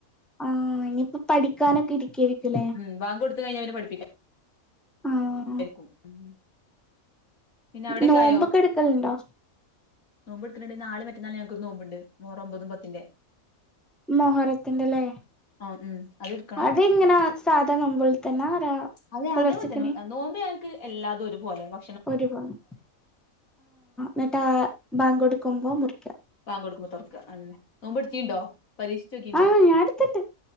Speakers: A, in the centre; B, on the left (about 80°).
A: ആഹ് ഇനിയിപ്പ പഠിക്കാനൊക്കെ ഇരിക്കേയിരിക്കുല്ലേ
B: ഉം ബാങ്ക് കൊടുത്ത് കഴിഞ്ഞ പിന്നെ പഠിപ്പിക്കാ
A: ആഹ്
B: നിരിക്കും ഉം പിന്നെ അവിടേക്ക
A: നോമ്പൊക്കെ
B: ആയോ
A: എടുക്കലുണ്ടോ
B: നോമ്പ് എടുക്കനെണ്ട് നാളേം മറ്റന്നാളും ഞങ്ങക്കൊരു നോമ്പിണ്ട് മുഹറം ഒമ്പതും പത്തിന്റെ
A: മൊഹറത്തിന്റല്ലേ
B: ആഹ് ഉം അതിട്ക്ക്
A: അതിങ്ങനാ സാധാ നോമ്പോലത്തന്നാ രാ
B: അതെ
A: പൊലർച്ചിക്ക്
B: അതേപോലെ തന്നെ
A: എണീ
B: നോമ്പ് ഞങ്ങക്ക് എല്ലാതും ഒരുപോലെ വ
A: ഒര് <unintelligible> എന്നിട്ടാ ബാങ്കൊടുക്കുമ്പോ മുറിക്കാ.
B: ബാങ്കടുക്കുമ്പോ തൊർക്ക അതന്നെ നോമ്പെട്ത്തീണ്ടോ പരീക്ഷിച്ചോക്കിണ്ടോ?
A: ആഹ് ഞാൻ എടുത്തിണ്ട്